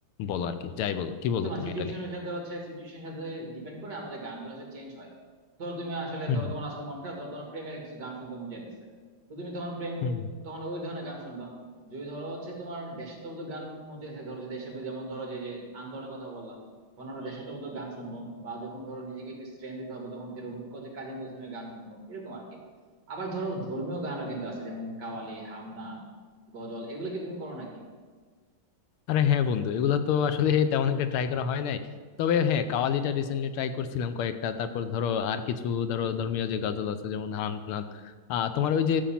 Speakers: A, on the left; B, on the right.
A: বলো আর কি যাই বলো কি বলো
B: তোমার
A: তুমি
B: সিচুয়েশনের
A: এটা নিয়ে
B: সাথে হচ্ছে সিচুয়েশনের সাথে ডিপেন্ড করে আমাদের গানগুলো আসলে চেঞ্জ হয় ধরো তুমি আসলে
A: হুম,
B: ধরো তোমার আজকে মন খারাপ ধরো তোমার প্রেমের কিছু গান শুনতে মন চাইতেছে তো তুমি তখন প্রেম
A: হুম।
B: তখন ওই ধরনের গান শুনবা যদি ধরো হচ্ছে তোমার দেশাত্মবোধক গান মন চাইছে ধরো যে দেশে যেমন ধরো যে যে আন্দোলনের কথা বললা তখন আমরা দেশাত্মবোধক গান শুনবো বা যখন ধরো নিজেকে একটু স্ট্রেন দিতে হবে তখন যে রবি- কোচে কাজী নজরুল ইসলামের গান শুনবো এরকম আর কি আবার ধরো ধর্মীয় গানও কিন্তু আছে যেমন কাওয়ালি হামদর্দ গজল এগুলো কি তুমি করো নাকি
A: আরে হ্যাঁ বন্ধু এগুলা তো আসলে <laughs> তেমন একটা ট্রাই করা হয় নাই তবে হ্যাঁ কাওয়ালিটা রিসেন্টলি ট্রাই করছিলাম কয়েকটা তারপর ধরো আর কিছু ধরো ধর্মীয় যে গজল আছে যেমন হামদনাথ আহ তোমার ওই যে